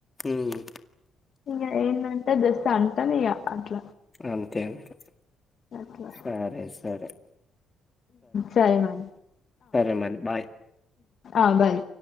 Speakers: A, on the left; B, on the left.
A: ఉమ్
B: ఇంగ ఎందంటె జస్ట్ అంటన్ అట్ల
A: అంతే అంతె
B: అట్లా
A: సరే సరే
B: సరే మరి
A: సరే మరి బాయ్
B: ఆ బాయ్